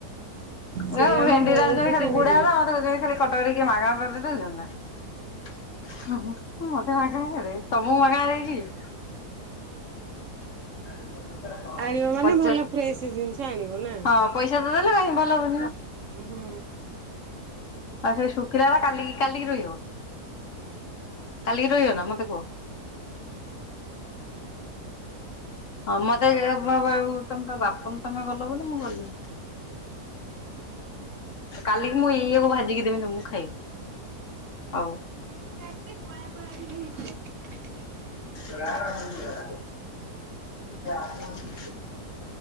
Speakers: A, on the left; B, on the right.
A: ମୁଁ
B: ସେ
A: କହିଲି ହଉ
B: ଆମ
A: ଭେଣ୍ଡି
B: ବୋଉଙ୍କୁ
A: ରାନ୍ଧିଲେ ଖାଲି
B: ଚିହ୍ନିଛନ୍ତି।
A: ବୁଢା ହବ ଅଧ କେଜିଟେ, ଖାଲି କଟକରେ କିଏ ମାଗଣା ତତେ ଦେଉଚନ୍ତି ନା। ହୁଁ- ହୁଁ ମତେ ମଗେଣା ଦେଲେ, ତମକୁ ମଗେଣା ଦେଇଚି କି? <unintelligible>
B: ଆଣିବ ମାନେ
A: ପଚାଶ
B: ଭଲ ଫ୍ରେଶ୍‌ ଜିନିଷ ଆଣିବ। ନା।
A: ହଁ ପଇସା ତ ଦେଲ ଭଲ ଆଉ
B: ହୁଁ।
A: ସେ ଶୁଖିଲା ବା କାଲି କାଲିକି ରହିବ। କାଲିକି ରହିବ ନା ମତେ କୁହ। ହଁ ମତେ <unintelligible> ତମ ବାପଙ୍କ ତମେ ଗଲ ବୋଲି ମୁଁ ଗଲି। କାଲିକି ମୁଁ ଏଇଆକୁ ଭାଜିକି ଦେବି ତମକୁ ଖାଇଆକୁ। ହଉ।
B: <unintelligible> କଳା କଳା ଟିକେ ହେଇିଥିବ।
A: <unintelligible>